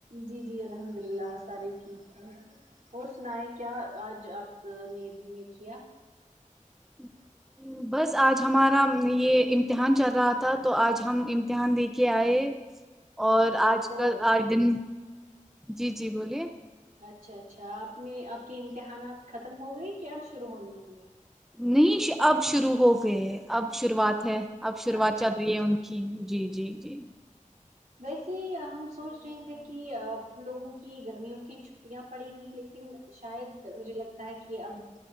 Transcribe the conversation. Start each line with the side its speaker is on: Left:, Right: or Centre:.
Right: جی جی الحمد اللہ سارے ٹھیک ہے اور سنائے کیا آج آپ <unintelligible>
Centre: ہ <inaudible> بس آج ہمارا یہ امتحان چل رہا تھا تو آج ہم امتحان دے کے آئے اور آج
Right: تو
Centre: کل آج دن جی جی بولیے
Right: اچھا اچھا آپ نے آپ کے امتحانات ختم ہو گئے کہ اب شروع ہونے والی ہیں
Centre: نہیں اب شروع ہو گئے ہے اب شروعات ہے اب
Right: ہیں
Centre: شروعات
Right: اچھا
Centre: چل
Right: اچھا
Centre: رہی ہے ان کی جی جی جی
Right: ویسے ہم سوچ رہے تھے کہ لوگوں کی گرمیوں کی چھٹیاں پڑیں گی لیکن شاید مجھے لگتا ہے کہ یہ اب